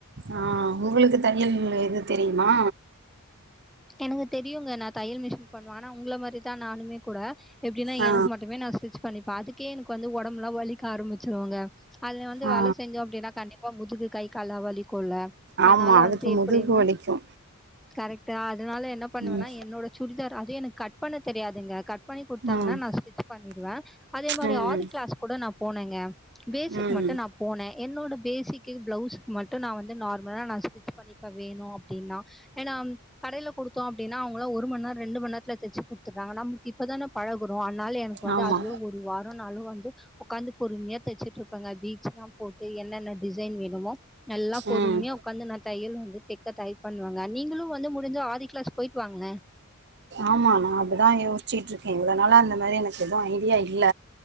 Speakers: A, on the right (about 50°); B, in the centre.
A: ஆ உங்களுக்கு தையல்லு இது தெரியுமா
B: எனக்கு தெரியுங்க நா தையல் மிஷின் பண்ணுவே ஆனா உங்கள மாரிதா நானுமே கூட எப்டின்னா
A: ஆ
B: எனக்கு மட்டுமே நா ஸ்டிச் பண்ணிப்பே அதுக்கே எனக்கு வந்து ஒடம்லா வலிக்க ஆரம்முச்சுருங்க அதுல வந்து
A: ஆ
B: வேல செஞ்சோ அப்டினா கண்டிப்பா முதுகு கை கால்ல வலிக்குல
A: ஆமா
B: அதுனால
A: அதுக்கு
B: வந்து
A: முதுகு
B: எப்டின்னா
A: வலிக்கு
B: கரெட் டா அதுனால என்ன பண்ணுவேனா
A: ம்
B: என்னோட சுடிதார் அது எனக்கு கட் பண்ண தெரியாதுங்க கட் பண்ணி குடு தாங்கன்னா
A: ம்
B: நா ஸ்டிச் பண்ணிடுவே அதே மாரி
A: ம்
B: ஆரி கிளாஸ் கூட நா போனேங்க பேசிக்
A: ம்
B: மட்டு நா போனே என்னோட பேசிக்கு பிளவுஸுக்கு மட்டு நா வந்து நார்மலா நா ஸ்டிச் பண்ணிப்பே வேணு அப்டினா ஏனா கடேல குடுத்தோ அப்டினா அவுங்களா ஒரு மண் நேரோ ரெண்டு மண்நேரத்துல தச்சு குடுத்துற்றாங்க நமக்கு இப்பதான பழகுரோ அதுனால எனக் கு வந்து
A: ஆமா
B: அதுவே ஒரு வாரோ நாளு வந்து உக்காந்து பொறுமையா தச்சுட்டுருப் பங்க பீட்ஸலா போட்டு என்னன்ன டிசைன் வேணுமோ நல்லா பொறுமையா
A: ம்
B: உக்காந்து நா தையல் வந்து தெக்க ட்ரை பண்ணுவங்க நீங்களு வந்து முடுஞ்சா ஆரி கிளாஸ் போய்ட்டு வாங்களே
A: ஆமா நா அப்டிதா யோசிச்சிட்ருக்கே இவ்ளோ நாளா அந்த மாரி எனக்கு எது ஐடியா இல்ல